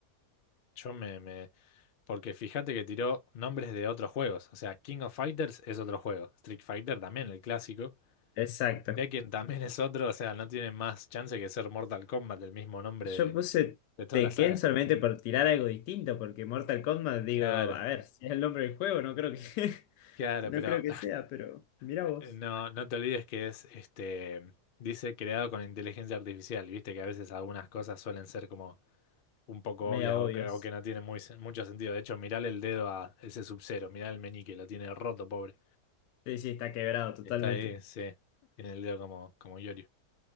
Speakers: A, on the left; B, on the left.
A: Yo me, me... Porque fíjate que tiró nombres de otros juegos, o sea, King of Fighters es otro juego, Street Fighter también, el clásico,
B: Exacto.
A: Tekken también <laughs> es otro, o sea, no tiene más chance que ser Mortal Kombat, el mismo nombre
B: Yo
A: de,
B: puse
A: de toda
B: Tekken
A: la saga.
B: solamente por tirar algo distinto, porque Mortal Kombat, digo,
A: Claro,
B: a ver, si es el nombre del juego, no creo que, <laughs>
A: claro,
B: no
A: pero
B: creo que sea, pero mira
A: Eh,
B: vos.
A: No, no te olvides que es, este, dice creado con inteligencia artificial, viste que a veces algunas cosas suelen ser como un poco
B: Media
A: obvias
B: obvios.
A: o que, o que no tienen muy, sen- mucho sentido. De hecho, mirale el dedo a ese Sub-Zero, mirá el meñique, lo tiene roto, pobre.
B: Sí, sí, está quebrado totalmente.
A: Está ahí, sí, tiene el dedo como, como Yorio.